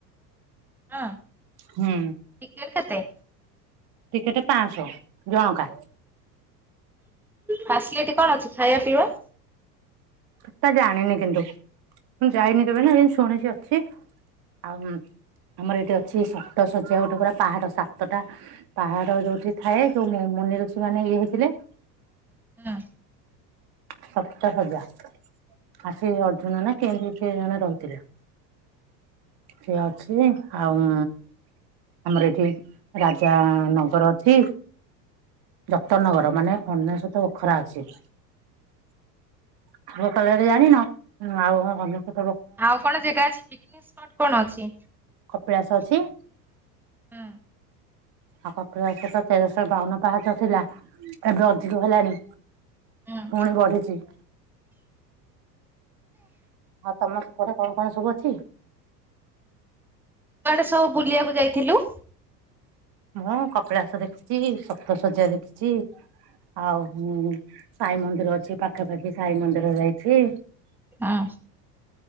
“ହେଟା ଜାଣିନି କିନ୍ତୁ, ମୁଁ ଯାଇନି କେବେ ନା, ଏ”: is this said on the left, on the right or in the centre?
Right